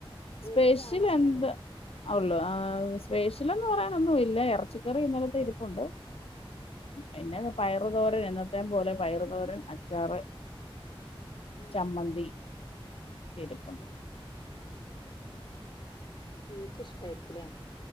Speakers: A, on the left; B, on the left.
A: വീട്ടില്
B: സ്പെഷ്യൽ
A: ഞാനും ഹസ്ബൻഡന്നെ
B: എന്താ
A: ഉള്ളു
B: ഉള്ളു ആഹ് സ്പെഷ്യൽന്ന് പറയാനൊന്നും ഇല്ല ഇറച്ചിക്കറി ഇന്നലത്തെ ഇരിപ്പുണ്ട് പിന്നെ
A: ആഹ്
B: പയറു തോരൻ എന്നത്തേ പോലെ പയറു തോരൻ അച്ചാറ്
A: ആഹ്
B: ചമ്മന്തി ഇരിപ്പുണ്ട്
A: ആഹ് ഇങ്ങക്ക് ഇഷ്ടായിരിക്കൂലേ